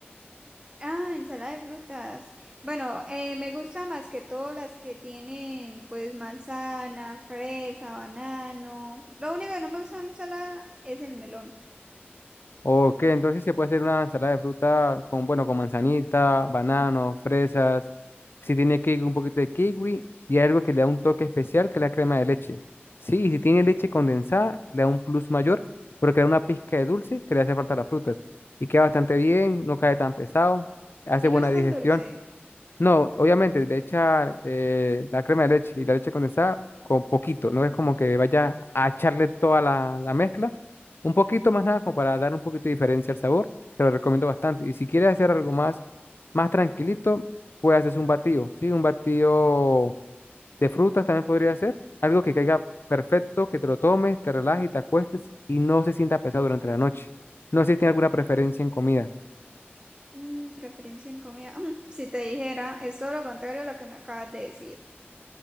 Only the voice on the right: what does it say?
Ah, ensalada de frutas. Bueno, eh, me gusta más que todo las que tienen pues manzana, fresa, banano. Lo único que no me gusta en ensalada es el melón.
Y
no es
tan dulce.
Mm, preferencia en comida. <laughs> Mm, si te dijera, es todo lo contrario a lo que me acabas de decir.